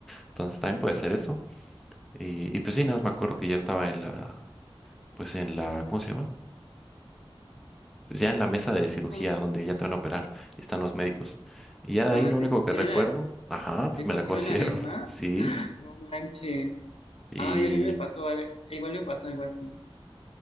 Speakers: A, in the centre; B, on the left (about 80°).
A: Entonces también puede ser eso. Y, y pues sí, nada más me acuerdo que ya estaba en la, pues en la, ¿cómo se llama? Pues ya en la mesa de cirugía
B: Ajá.
A: donde ya te van a operar y están los médicos. Y ya de
B: Ah,
A: ahí lo
B: te
A: único
B: cosieron
A: que recuerdo,
B: la,
A: ajá, pues
B: te
A: me
B: cosieron
A: la cosieron,
B: la lengua.
A: <laughs> sí.
B: <gasps> No manches.
A: Y
B: Ay, a mí me pasó, al- igual me pasó algo así.